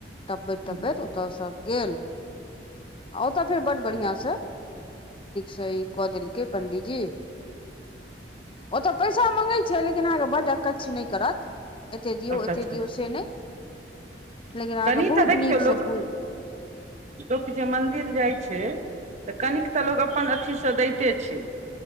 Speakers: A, on the left; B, on the right.
A: तबैत
B: उठेतै
A: तबैत ओतय। आओर बड़ बढ़िया से छै। के पंडित जी ओतऽ पैसा मँगैत छै, लेकिन अहाँके बड्ड अच्छा नहि करत। एते दियौ, एते
B: कच
A: दियौ से नहि, लेकिन अहाँके
B: कनि
A: बहुत
B: तऽ देखियौ
A: नीकसँ
B: लोक
A: पू
B: लोक जे मन्दिर जाइत छै तऽ कनि तऽ लोक अपन अथीसँ दैते छै।